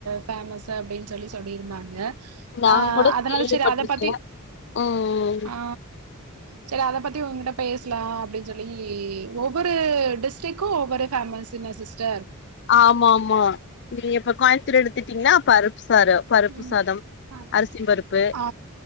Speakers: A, on the right; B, on the left.
A: ஃபேமஸ் அப்படின்னு சொல்லி சொல்லிருந்தாங்க
B: நா
A: ஆ
B: கூட
A: அதனால
B: கேள்விப்பட்டிருக்கே
A: சரி அதை பத்தி
B: ம்
A: ஆ சரி அதை பத்தி த்த உங்ககிட்ட பேசலாம் அப்படின்னு சொல்லி ஒவ்வொரு டிஸ்டிக்கும் ஒவ்வொரு ஃபேமஸ்ல சிஸ்டர்
B: ஆமா ஆமா நீங்க இப்ப கோயம்புத்தூர் எடுத்துட்டீங்கன்னா பருப்பு சாரம் பருப்பு
A: ம்
B: சாதம்
A: ஆ
B: அரிசி பருப்பு
A: ஆ